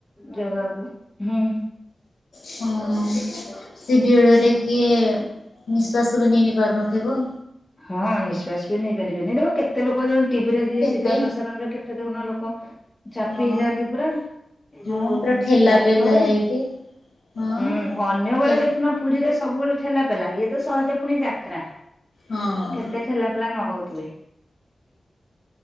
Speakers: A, on the left; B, on the left.
A: ଜାଗାକୁ ହୁଁ।
B: ହଁ ସେ ଭିଡରେ କିଏ। ନିଶ୍ୱାସ ବି ନେଇ ନେଇ ପାରୁନଥିବ।
A: ହଁ ନିଶ୍ୱସ ବି ନେଇପାରିବେନେହିଁ ହେଟିପା କେତେ ଲୋକ ଟିଭି ରେ ଦିଏ
B: କେତେ
A: ସିଧା ପ୍ରସାରଣରେ କେତ କେତ ଦେଖୁନ ଲୋକ ଚାପି
B: ହଁ
A: ହେଇଯାଆନ୍ତି ପୁରା ଏଇ ଯୋଉ
B: ହଁ ପୁରା ଠେଲା
A: ଚାକରେ।
B: ପେଲା ହେଇକି ହଁ
A: ହୁଁ ଅନ୍ୟ ବେଳେ
B: ଠେ
A: ଦେଖୁନ ପୁରୀରେ ସବୁବେଳେ ଠେଲା ପେଲା ଇଏ ଏତେ ସହଜେ ପୁଣି ଯାତ୍ରା
B: ହଁ।
A: କେତେ ଠେଲା ପଲା ନଗଉଥିବେ।